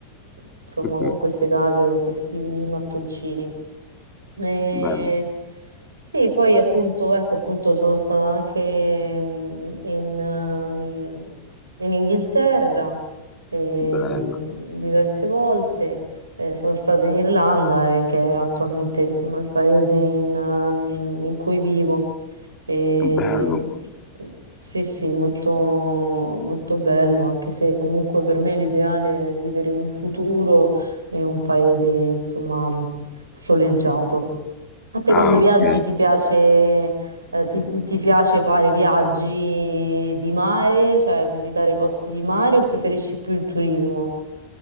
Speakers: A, on the right; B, on the left.
A: insomma,
B: <laughs>
A: con queste case, con questi mattoncini. E
B: Bello,
A: sì, poi appunto, ecco, appunto sono stata anche mm, in, ehm, in Inghilterra ehm,
B: bello,
A: diverse volte, eh, sono stata in Irlanda, eh, che è attualmente insomma il paese in, ehm, in cui vivo. E,
B: bello.
A: sì, sì, molto, molto bello, anche se comunque per me l'ideale è vivere in un futuro in un paese insomma soleggiato. A te
B: Ah,
A: quando viaggi
B: ok.
A: ti piace, eh, ti, ti piace fare viaggi di mare, cioè visitare posti di mare o preferisci più il turismo?